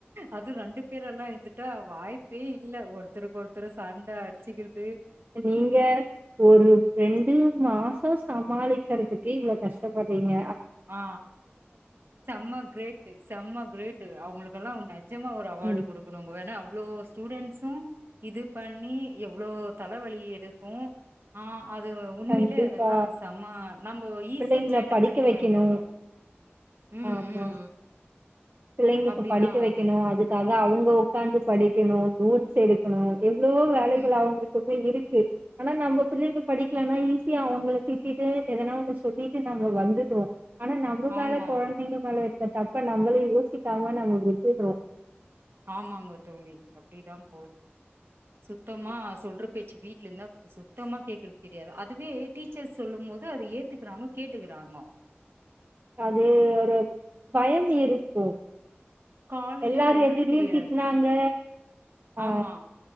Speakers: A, on the right; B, on the right.
A: அது ரெண்டு பேரெல்லா இர்ந்துட்டா வாய்ப்பே இல்ல ஒருத்தருக்கொருத்தரு சண்ட அடிச்சிகிறது
B: நீங்க ஒரு ரெண்டு மாசோ சமாளிக்கறதுக்கே இவ்ளோ கஷ்டப்பட்றிங்க
A: ஆ செம்ம கிரேட்டு செம்ம கிரேட்டு் அவுங்களுக்கெலா நெ நிஜமா ஒரு அவார்டு
B: ம்.
A: குடுக்கணு ஏன்னா அவ்ளோ ஸ்டூடெண்ட்ஸு இது பண்ணி எவ்ளோ தலவலி எடுத் க்கு ஆ அது உண்மையிலே
B: கண்டிப்பா.
A: அதெல்லா செம நம்ம ஈஸியா
B: பிள்ளைங்கள
A: சேட்ட
B: படிக்க
A: பண்
B: வைக்கணும்.
A: வந்தர்றோ ம்
B: ஆமா.
A: ம்
B: பிள்ளைங்களுக்கு
A: அப்டிதா
B: படிக்க
A: ஆவுது
B: வெக்கணு அதுக்காக அவுங்க உக்காந்து படி க்கணு நோட்ஸ் எடுக்கணு எவ்ளோ வேலைகள்
A: ம்
B: அவுங்ளுக்கு போய் இருக் ஆனா நம்ப பிள்ளைங்க படிக்கலனா ஈஸியா அவங்கள திட்டிட்டு எதனா ஒன்ன சொல்லிட்டு நம்ப வந்துர்றோ ஆனா நம்ப
A: ஆமா
B: வேல கொழந்தைங்க கல த தப்ப நம்முளு யோ ச்சி கருமொன் நம்ம விட்டுட்றொ
A: ஆமாங்க தோழி அப்டிதா போது சுத்தமா சொல்ற பேச்ச வீட்லந்தா சுத்தமா கேக்றது கெடையாது அதுவே டீச்சர்ஸ் சொல்லும்போது அது ஏத்துக்குறாங்கொ கேட்டுக்குறாங்கொ
B: அது ஒரு பயம் இருக்கு
A: காலையில
B: எல்லாரு
A: எழுறது
B: எதுத் லியு
A: கிடையாது
B: திட்னாங்க ஆ
A: ஆமா